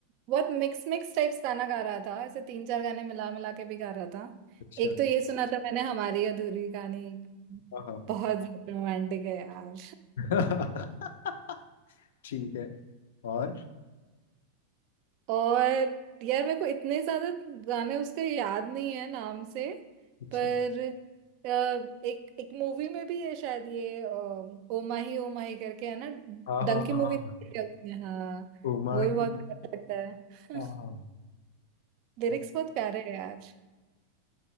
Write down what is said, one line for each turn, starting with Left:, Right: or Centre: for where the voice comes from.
Right: बहुत मिक्स मिक्स टाइप्स गाना गा रहा था ऐसे तीन चार गाने मिला मिला के भी गा रहा था
Left: अच्छा
Right: एक तो ये सुना था मैंने हमारी अधूरी कहानी
Left: हाँ हाँ
Right: बहुत ज्यादा रोमांटिक है यार
Left: हाँ <laughs> ठीक है और
Right: और यार मेरे को इतने ज्यादा गाने उसका याद नहीं है नाम से
Left: अच्छा
Right: पर अ, एक एक मूवी में भी है शायद ये अ, ओ माही ओ माही करके है ना
Left: हाँ
Right: डंकी
Left: हाँ हाँ
Right: मूवी देखी
Left: हाँ
Right: है उसमें हाँ
Left: उमा
Right: वो भी बहुत
Left: ही
Right: प्यारा लगता है
Left: हाँ
Right: <laughs>
Left: हाँ
Right: लिरिक्स
Left: हाँ,
Right: बहुत प्यारे हैं यार